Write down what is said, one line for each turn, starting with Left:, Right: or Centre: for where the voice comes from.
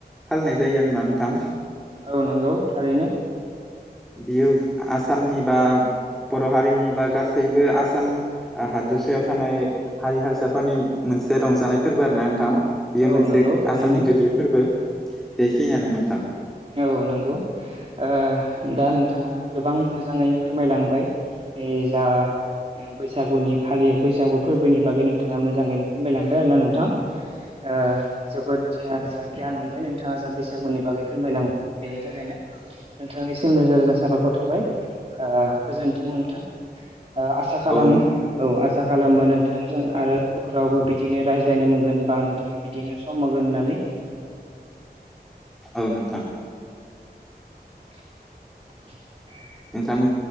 Centre: फालिनाय जायो आरोना नोंथां।
Right: औ नंगौ थारैनो
Centre: बियो आसामनि बा बर' हारिनि बा गासैबो आसाम आ हादोरसायाव थानाय हारि हारिसाफोरनि मो मोनसे रंजानाय फोरबो आरोना नोंथां। बेयो
Right: औ
Centre: मोनसे
Right: नंगौ थारैनो
Centre: आसामनि गोदोर फोरबो बेखियानो नोंथां।
Right: औ नंगौ ओ दा नोंथाङा गोबां मोजाङै फोरमायलांबाय जा बैसागुनि फालि बैसागु फोरबोनि बागै नोंथाङा मोजाङैनो फोरमायलांबाय आरो ना नोंथां ओ जोबोद आ‌ जा गियान मोनबाय नोंथाङा जा बैसागुनि बागै फोरमायलांबाय बेनि थाखायनो नोंथांनिसिम रोजा रोजा साबायखर थाबाय आ गोजोन्थों।। नोंथां आसा खालामो
Centre: औ नोंथां
Right: औ आसा खालामो नोंथांजों आरो फोरावबो बिदिनो रायज्लायनो मोनगोन बा नोंथाङा बिदिनो सम होगोन होननानै।
Centre: औ नोंथां
Right: <inaudible>
Centre: नोंथांनि